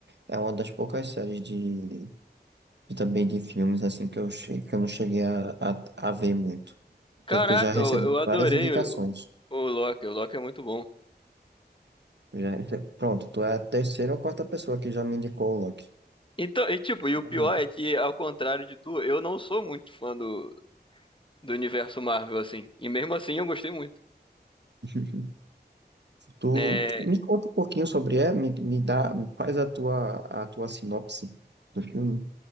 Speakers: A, on the right (about 80°); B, on the left (about 30°).
A: é uma das poucas séries de, e também de filmes assim que eu, che- que eu não cheguei a, a, a ver muito.
B: Caraca,
A: Tanto que eu já recebi
B: eu, eu adorei
A: várias indicações.
B: o, o Loki. O Loki é muito bom.
A: Eu Já, rece- pronto, tu é a terceira ou quarta pessoa que já me indicou o Loki.
B: Então, e tipo, e o
A: Uhum.
B: pior é que, ao contrário de tu, eu não sou muito fã do, do universo Marvel, assim. E mesmo assim eu gostei muito.
A: <laughs> Tu,
B: É,
A: tu me conta um pouquinho sobre ele, me, me dá, faz a tua, a tua sinopse do filme.